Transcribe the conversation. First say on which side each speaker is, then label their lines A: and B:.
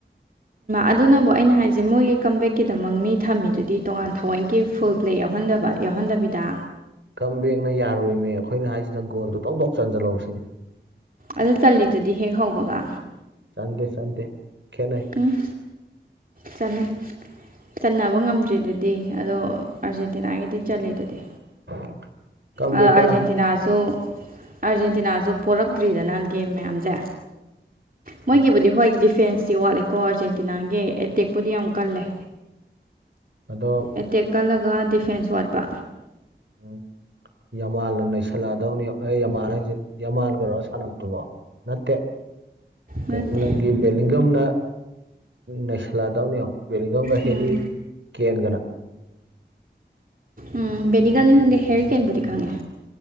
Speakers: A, on the right (about 50°); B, on the right (about 80°).
A: ꯑꯗꯨꯅꯕꯨ ꯑꯩꯅ ꯍꯥꯏꯁꯦ ꯃꯣꯏꯒꯤ ꯀꯝꯕꯦꯛꯀꯤꯗꯃꯛ ꯃꯤ ꯊꯝꯃꯤꯗꯨꯗꯤ ꯇꯣꯉꯥꯟ ꯊꯋꯥꯏꯒꯤ ꯐꯨꯜ ꯄ꯭ꯂꯦ ꯌꯥꯎꯍꯟꯗꯕ ꯌꯥꯎꯍꯟꯗꯕꯤꯗ
B: ꯀꯝ ꯕꯦꯛꯅ ꯌꯥꯔꯨꯣꯏꯃꯦ ꯑꯩꯈꯣꯏꯅ ꯍꯥꯏꯁꯤꯅ ꯒꯣꯜꯗꯣ ꯇꯧ ꯇꯧ ꯆꯟꯁꯤꯜꯍꯧꯁꯤꯅꯦ
A: ꯑꯗꯨ ꯆꯜꯂꯤꯠꯂꯤꯗꯨꯗꯤ ꯍꯦꯛ ꯍꯧꯕꯒ
B: ꯆꯗꯦ ꯆꯥꯟꯗꯦ ꯈꯅ
A: ꯎꯝ ꯆꯂꯤ ꯆꯠꯟꯅꯅꯕ ꯉꯝꯗ꯭ꯔꯤꯗꯨꯗꯤ ꯑꯗꯣ ꯑꯥꯔꯖꯦꯟꯇꯤꯅꯥꯒꯤꯗꯤ ꯆꯜꯂꯤꯂꯗꯨꯗꯤ
B: <unintelligible> ꯀꯝꯕꯦꯛꯇ
A: ꯑ ꯑꯔꯖꯦꯟꯇꯤꯅꯥꯁꯨ꯫
B: ꯂꯥꯛ
A: ꯑꯥꯔꯖꯦꯟꯇꯤꯅꯥꯁꯨ ꯄꯣꯔꯛꯇ꯭ꯔꯤꯗꯅ ꯒꯦꯝ ꯃꯌꯥꯝꯁꯦ ꯃꯣꯏꯒꯤꯕꯨꯗꯤ
B: ꯎꯝ
A: ꯍꯣꯏ ꯗꯤꯐ꯫ ꯗꯤꯐꯦꯟꯁꯇꯤ ꯋꯥꯠꯂꯦꯀꯣ ꯑꯥꯔꯖꯦꯟꯇꯤꯅꯥꯒꯤ ꯑꯦꯇꯦꯛꯄꯨꯗꯤ ꯌꯥꯝ ꯀꯜꯂꯦ꯫
B: ꯑꯗꯣ
A: ꯑꯦꯇꯦꯛ ꯀꯜꯂꯒ ꯗꯤꯐꯦꯟꯁ ꯋꯥꯠꯄ꯫
B: ꯑꯣ꯫ ꯌꯥꯝꯃꯥꯥꯟꯅ ꯅꯩꯁꯜꯂꯛꯑꯗꯧꯅꯤ ꯑꯦ ꯌꯥꯝꯃꯥꯟ ꯍꯥꯏꯁꯤ ꯌꯥꯝꯃꯥꯟꯒꯔꯣ ꯁꯥꯟꯅꯕꯗꯨꯕꯣ ꯅꯠꯇꯦ꯫
A: ꯅꯠꯇꯦ
B: ꯏꯡꯂꯟꯒꯤ ꯕꯦꯂꯤꯡꯒꯝꯅ ꯅꯩꯁꯤꯜꯂꯥꯛꯑꯗꯧꯅꯤ ꯌꯦꯡꯎ꯫ ꯕꯦꯂꯤꯡꯉꯝ ꯒꯥ ꯍꯦꯔꯤꯀꯦꯟꯒꯥꯟ
A: ꯎꯝ ꯎꯝ ꯕꯦꯂꯤꯡꯉꯝ ꯈꯪꯗꯦ ꯍꯦꯔꯤꯀꯦꯟꯕꯨꯗꯤ ꯈꯪꯉꯦ